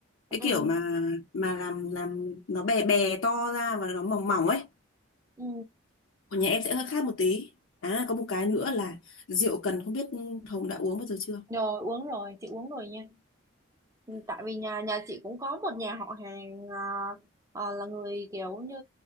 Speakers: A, on the left (about 85°); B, on the right (about 15°).
A: cái
B: ừ,
A: kiểu mà mà làm làm nó bè bè to ra và nó mỏng mỏng ấy
B: ừ.
A: còn nhà em sẽ hơi khác một tí à có một cái nữa là rượu cần không biết Hồng đã uống bao giờ chưa
B: rồi uống rồi chị uống rồi nha tại vì nhà nhà chị cũng có một nhà họ hàng à, à, là người kiểu như